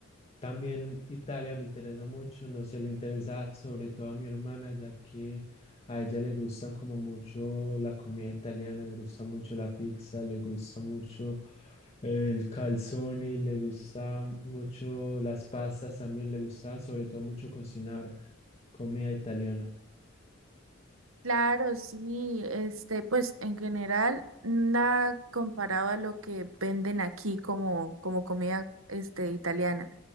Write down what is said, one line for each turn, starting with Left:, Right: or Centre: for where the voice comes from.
Left: también Italia me interesa mucho, no sé, le interesa sobre todo a mi hermana, ya que a ella le gusta como mucho la comida italiana, le gusta mucho la pizza, le gusta mucho el calzoni, le gusta mucho las pastas también, le gusta sobre todo mucho cocinar comida italiana.
Right: Claro, sí, este, pues en general, nada comparado a lo que venden aquí como, como comida, este, italiana.